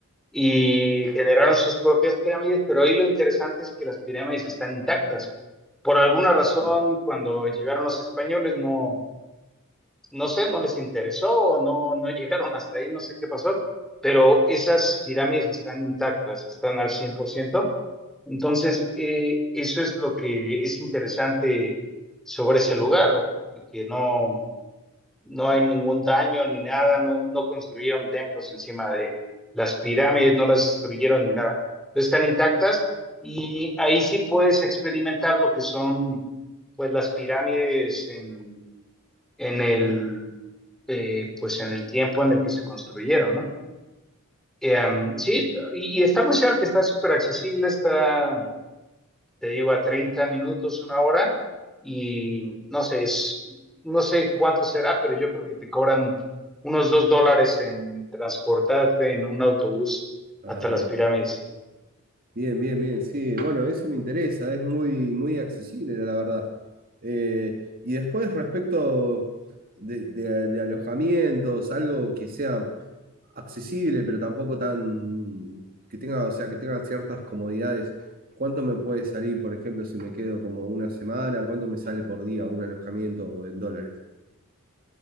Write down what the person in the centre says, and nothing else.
y generaron sus propias pirámides, pero hoy lo interesante es que las pirámides están intactas. Por alguna razón,
cuando llegaron los españoles, no no sé, no les interesó o no, no llegaron hasta ahí, no sé qué pasó, pero esas pirámides están intactas, están al cien por ciento Entonces, eh, eso es lo que es interesante sobre ese lugar, que no, no hay ningún daño ni nada, no, no construyeron templos encima de las pirámides, no las destruyeron ni nada. Están intactas y ahí sí puedes experimentar lo que son pues las pirámides en, en el eh, pues en el tiempo en el que se construyeron, ¿no? Eh, um, sí, y, y está muy cerca, está súper accesible, está, te digo, a 30 minutos, una hora, y no sé, es, no sé cuánto será, pero yo creo que te cobran unos dos dólares en transportarte en un autobús
hasta
las pirámides.